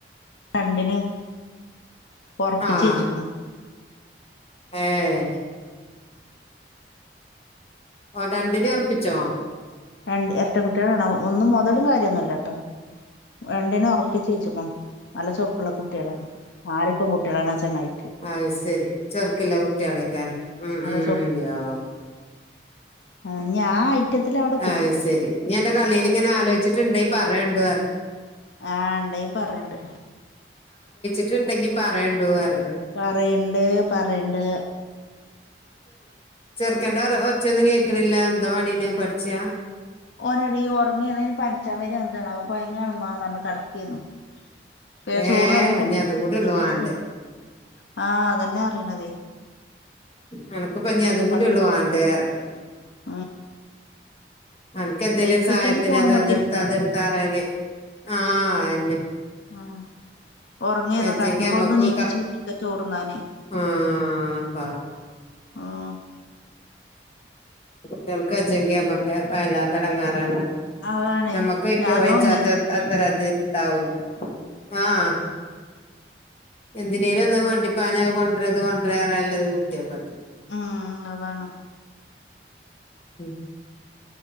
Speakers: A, on the left; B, on the left.
A: രണ്ടിനും ഒറപ്പിച്ചു
B: ആഹ്
A: വെച്ചക്കുണ്
B: ഏഹ് ഓ രണ്ടിനെ ഉറപ്പിച്ചോ
A: രണ്ട് എരട്ട കുട്ടികളാണ് ഒന്നും മുതലും കാര്യമൊന്നുമല്ലട്ടോ രണ്ടിനും ഉറപ്പിച്ച് വെച്ചുക്കണു നല്ല ചോറുക്കുള്ള കുട്ടികളാണ് നാല് പെൺ കുട്ടികളാണ് ആ ചെങ്ങായിക്ക്
B: ആ ശരി ചെറുക്കില്ല കുട്ടികൾ ഐക്കാരം ഉ
A: നല്ല
B: ഉോ യോ
A: ഇഞ്ഞി ആ ഐറ്റത്തിലവടെ
B: അ ശരി എൻന്റെ കളിയിൽ ഇങ്ങനെ ആലോചിച്ചിട്ടുണ്ട പറയേണ്ട
A: ആഹ് ഇണ്ടെങ്കിപറേണ്ട്
B: ഇജ്ജ് ണ്ടെങ്കിൽ പറയേണ്ടൂ വെറെ
A: പറയണ്ട് പറയണ്ട്
B: ചെറുക്കണ്ട ഒച്ചന്നും കേക്കണില്ല എന്താ പണി പഠിച്ചാ
A: ഓനടി ഉറങ്ങിന് പനിച്ചാവര എന്താന്നാ വോ കൊയങ്ങണ്ഇമ്മാന്ന് പറഞ് കടക്കെര്ന്നു പിന്നെ
B: ഏഹ്
A: ചോറ് വെളമ്പി കൊട്
B: ഇനി അതും കൂടി
A: <unintelligible>
B: ഉള്ളു വാണ്ടേ
A: ആഹ് അതെന്നെ പറീണേ
B: നിനക്കിപ്പോ അതു കൂടിയുള്ളൂ
A: പറഞ്ഞു
B: വേണ്ടിയത്
A: ഉം
B: അനക്ക് എന്തേലും
A: വെയ്ക്കുച്ചെങ്കി
B: ഒരു സഹായത്തിന്
A: ഫോണുമ്മക്ക്
B: അത് അതെടുത്തഅത്ടുത്താറയാന്
A: ഇരിക്കണതാണ്
B: ആഹ് അ യെന്നെ
A: ആഹ് ഉറങ്ങേന്നു
B: വച്ചെങ്കി
A: കടന്നപ്പോ
B: നമുക്കൊക്ക
A: അവിടുന്ന് നീപ്പിച്ച് വിട്ടക്ക ചോറുന്നാന്
B: <unintelligible>
A: ആഹ്
B: കുട്ടികൾക്ക് വച്ചെങ്കി നമ്മക്ക് വല്ലാത്തടങ്ങാറാണ്
A: അതാണേ
B: നമ്മക്കയ്ക്ക്
A: ഞാനും
B: വജാത്ത
A: അങ്ങനെ
B: ആ <unintelligible> ഉണ്ടാവൂല്ല ആഹ് എന്തിനേലും എന്താ വണ്ടിപ്പാനാ കൊട്രത് കൊട്രറല്ലത് കുട്ടിയപ്പാകി
A: ഉം അതാണ്
B: ഉം